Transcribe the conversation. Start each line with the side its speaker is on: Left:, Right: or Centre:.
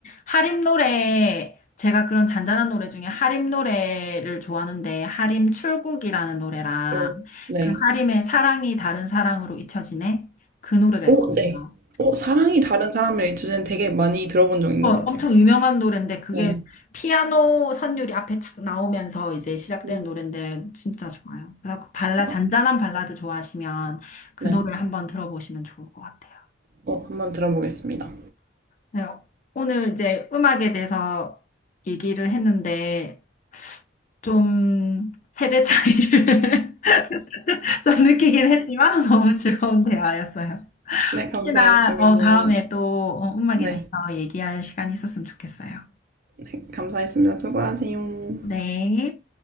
Left: 하림 노래 제가 그런 잔잔한 노래 중에 하림 노래를 좋아하는데 하림 출국이라는 노래랑
Right: 오.. 네.
Left: 그 하림의 사랑이 다른 사랑으로 잊혀지네 그 노래가
Right: 오,
Left: 있거든요.
Right: 네. 오, 사랑이 다른 사람을 잊으는 되게 많이 들어본 적 있는
Left: 어,
Right: 것
Left: 엄청
Right: 같아요.
Left: 유명한 노래인데 그게
Right: 네.
Left: 피아노 선율이 앞에 착 나오면서 이제 시작되는
Right: 음.
Left: 노래인데 진짜 좋아요. 그래서 그 발라
Right: 오,
Left: 잔잔한
Right: 어,
Left: 발라드 좋아하시면 그
Right: 네.
Left: 노래 한번 들어보시면 좋을 것 같아요.
Right: 어, 한번 들어보겠습니다.
Left: 네, 오늘 이제 음악에 대해서 얘기를 했는데 좀 세대 차이를 <laughs> 좀 느끼긴 했지만 너무 즐거운 대화였어요.
Right: 네,
Left: 혹시나
Right: 감사했습니다.
Left: 어, 다음에 또 어, 음악에
Right: 네,
Left: 대해서 얘기할 시간이 있었으면 좋겠어요.
Right: 네, 감사했습니다. 수고하세요.
Left: 네.